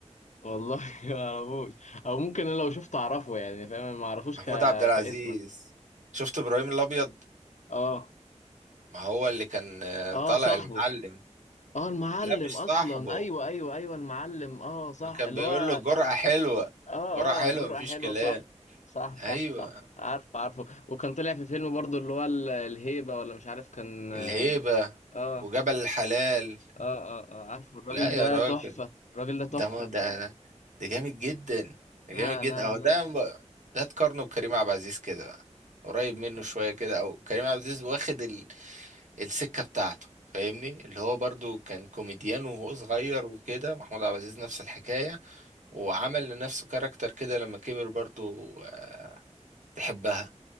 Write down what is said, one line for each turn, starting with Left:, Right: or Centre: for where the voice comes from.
Left: والله <laughs> ما اعرفوش او ممكن انا لو شفته اعرفه يعني فاهم أنا ما اعرفوش
Right: محمود
Left: ك...
Right: عبد العزيز
Left: كاسما
Right: شفت ابراهيم الابيض
Left: اه
Right: ما هو اللي كان آه،
Left: اه
Right: طالع
Left: صاحبه
Right: المعلم
Left: اه المعلم
Right: لا مش
Left: اصلا
Right: صاحبه
Left: ايوه ايوه ايوه المعلم اه صح
Right: ما كان
Left: اللي
Right: بيقول
Left: هو
Right: له جرأة حلوة
Left: اه
Right: جرأة حلوة
Left: اه جرأة
Right: مفيش
Left: حلوة
Right: كلام
Left: صح صح صح
Right: ايوه
Left: صح عارف عارفه وكان طلع في فيلم برضو اللي هو ال- الهيبة ولا مش عارف كان اه
Right: الهيبة
Left: اه
Right: وجبل الحلال
Left: اه, آه عارفه الراجل
Right: لا يا
Left: ده
Right: راجل
Left: تحفة الراجل ده تحفة
Right: ده ما ده ده جامد جدا ده
Left: لا
Right: جامد جدا
Left: لا
Right: اهو
Left: لا
Right: ده ده تقارنه بكريم عبد العزيز كده بقى قريب منه شوية كده او كريم عبد العزيز واخد ال... السكة بتاعته فاهمني اللي هو برضو كان كوميديان وهو صغير وكده محمود عبد العزيز نفس الحكاية وعمل لنفسه كاركتر كده لما كبر برضو آه، تحبها